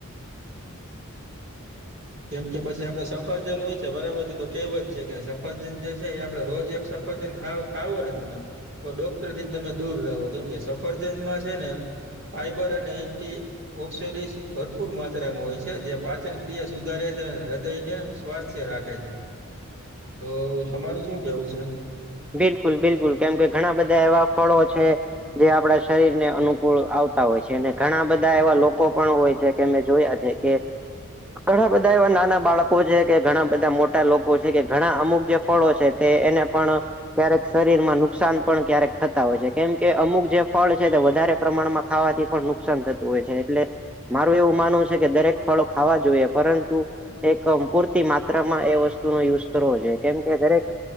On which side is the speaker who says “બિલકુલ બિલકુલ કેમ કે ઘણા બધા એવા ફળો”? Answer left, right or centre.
Centre